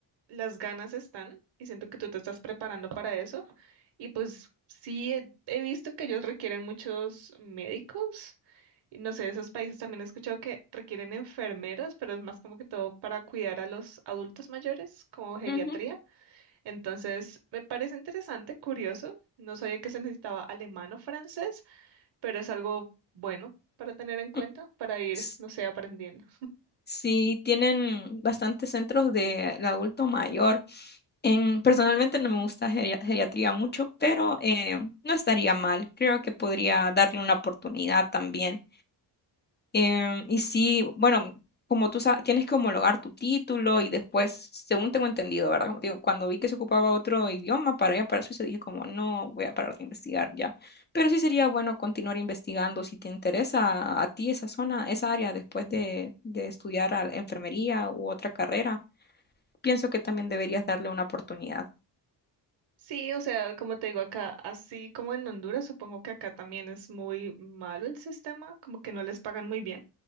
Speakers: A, on the right (about 60°); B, on the left (about 20°).
A: las ganas están y siento que tú te estás preparando para eso. Y pues sí, he, he visto que ellos requieren muchos médicos Y No sé, esos países también he escuchado que requieren enfermeros, pero es más como que todo para cuidar a los adultos mayores, como geriatría.
B: Ujú.
A: Entonces, me parece interesante, curioso. No sabía que se necesitaba alemán o francés, pero es algo bueno para tener en cuenta,
B: Mm,
A: para ir,
B: S-
A: no sé, aprendiendo.
B: Sí, tienen bastantes centros de, de adulto mayor. En, personalmente no me gusta geria- geriatría mucho, pero eh, no estaría mal. Creo que podría darle una oportunidad también. Em, y sí, bueno, como tú sabes, tienes que homologar tu título y después, según tengo entendido, ¿verdad? Como te digo, cuando vi que se ocupaba otro idioma para allá, para Suiza, dije como, no, voy a parar de investigar ya. Pero sí sería bueno continuar investigando si te interesa a ti esa zona, esa área, después de, de estudiar a la enfermería u otra carrera. Pienso que también deberías darle una oportunidad.
A: Sí, o sea, como te digo acá, así como en Honduras, supongo que acá también es muy malo el sistema, como que no les pagan muy bien.